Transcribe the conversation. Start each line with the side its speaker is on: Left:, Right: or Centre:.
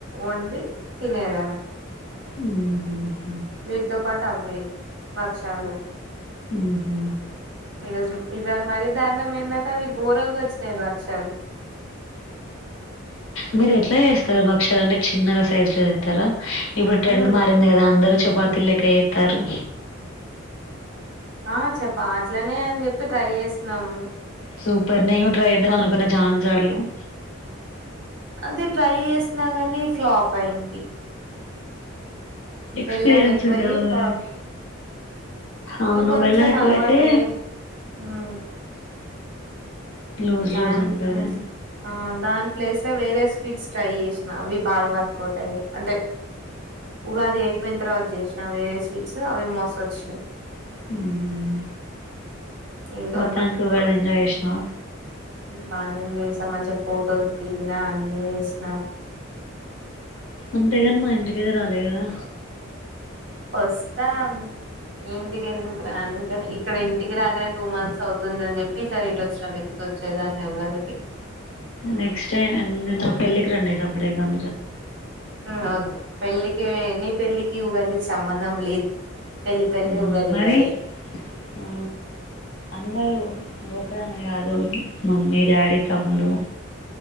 Right: వండి తినేయడమే
Left: ఊహు
Right: వీర్ తో పాటు అవి బక్షాలు
Left: మ్! హూ!
Right: ఈ రోజు ఈ సారి మరీ దారుణం. ఏందంటే అవి ఘోరంగా వచ్చినాయి బక్షాలు.
Left: మీరు ఎట్లా చేస్తారు? బక్షాలు అంటే చిన్నగా సైజు లో చేస్తారా? ఇప్పుడు ట్రెండ్
Right: మ్మ్
Left: మారింది కదా అందరు. చపాతిలక ఎత్తారు
Right: ఆ చెప్ప అట్లనే అని చెప్పి ట్రై చేసినాము.
Left: సూపర్ నేను కూడా ట్రైజేద్దాం అనుకున్నా. డార్లింగ్
Right: అది ట్రై చేసినా గాని న ఫ్లాప్ అయింది.
Left: ఎక్స్‌పీరియన్స్
Right: బెల్లం ఎక్కువ
Left: ఉండాలి
Right: అయి పాక్
Left: దానికి. అవును.
Right: కొంచెం
Left: బెల్లం ఎక్కువైతే
Right: అలవాటు అయ్యే హ్మ్!
Left: లూజ్
Right: నన్
Left: లూజ్ ఉంటది.
Right: ప్లస్ <unintelligible> దాని ప్లేస్ లో వేరే స్వీట్స్ ట్రై చేసినా. అవి బాగా వర్కౌట్ అయినాయి. అంటే ఉగాది అయిపోయిన తర్వాత చేసినా వేరే స్వీట్స్ అవి మోస వచ్చినాయి.
Left: ఉమ్!
Right: ఏదో
Left: మొత్తానికి
Right: అలా అప్పుడు
Left: ఉగాది ఎంజాయ్ చేసినావ.
Right: బానే చేసాం అని చెప్పి మంచిగా ఫొటోస్ దిగినా అన్నీ చేసినా.
Left: అంతేగాని మా ఇంటికి అయితే రాలే కదా!
Right: వస్తా? ఏంటి తేను. రాను గాని ఇక్కడ ఇంటికి రాగానే టూ మంత్స్ అవుతుంది అని చెప్పి ఈ సారి ఇటు వచ్చాను. <unintelligible> ఉన్న దాని ఎవ్వలకి
Left: నెక్స్ట్ టైమ్ నా పెళ్ళికి రండి చప్పుడేక <inaudible>
Right: ఆ వద్దు పెళ్ళి. నీ పెళ్ళికి ఉగాదికి సంబంధం లేదు. పెళ్లి పెళ్ళే
Left: హ్మ్.
Right: ఉగాది
Left: మరి
Right: ఉగాదే.
Left: ఆ! అందరూ నువ్వు ఒక్క దానివే కాదు మమ్మీ, డాడీ, తమ్ముడు,